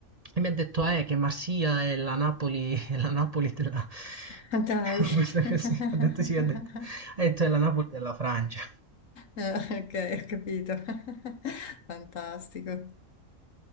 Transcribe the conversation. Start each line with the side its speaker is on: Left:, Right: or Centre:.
Right: e mi ha detto eh, che Marsiglia è la Napoli, <laughs> è la Napoli della... <laughs>
Left: Ah, Dai.
Right: Questa
Left: <laughs>
Right: così, ha detto sì, ha detto, ha detto è la Napoli della Francia.
Left: Eh, Ok, ho capito. <laughs> Fantastico.